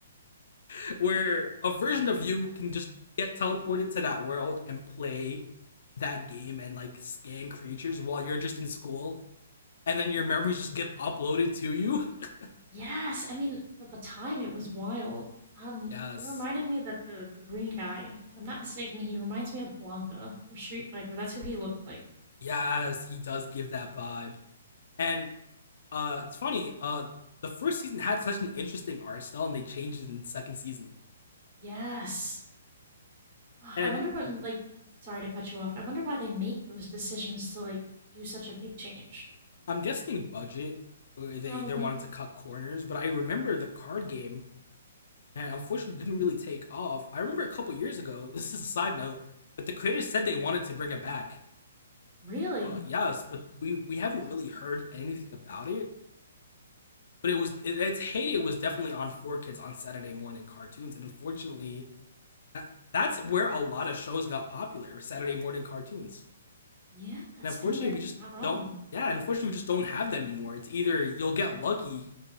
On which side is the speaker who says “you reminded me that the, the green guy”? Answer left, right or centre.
Right